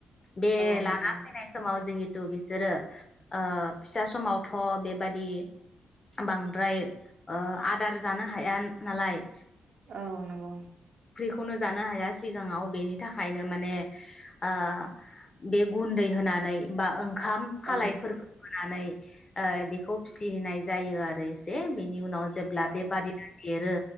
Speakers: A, on the left; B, on the right.
A: बे
B: नंगौ
A: लाना
B: नोंथां
A: फैनाय समाव जिहे तु बिसोरो ओ फिसा समाव थ बेबादि बांद्राय ओ आदार जानो हाया नालाय
B: औ नंगौ
A: नो जानो हाया सिगाङाव बेनि थाखायनो माने ओ बे गुन्दै होनानै बा ओंखाम खालायफोरखौ
B: औ
A: होनानै ओ बेखौ फिसिनाय जायो आरो एसे बेनि उनाव जेब्ला
B: औ
A: बेबादिनो देरो